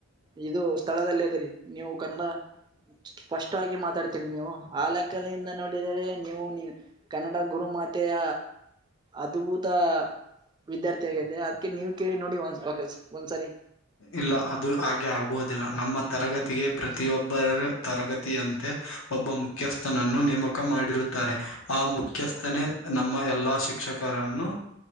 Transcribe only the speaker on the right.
ಇದು ಸ್ಥಳದಲ್ಲಿ ಅದಿರಿ ನೀವು ಕನ್ನಡ ಸ್ಪಷ್ಟವಾಗಿ ಮಾತಾಡ್ತೀರಿ ನೀವು ಆಕ್ಕ ತಲೆ ಇಂದಲೆ ನೋಡಿದರೆ ನೀವು ಕನ್ನಡ ಗುರು ಮಾತೆಯ ಅದ್ಭುತ ತಾ ವಿದ್ಯಾರ್ಥಿ ಆಗಿದೆ ಅದ್ಕ್ಕೆ ನೀವು್ ಕೇಳಿ ನೋಡಿ ಒಂದ ಬಾಕಸ್ ಒಂದ್ಸಾರಿ
ಹೌದಾ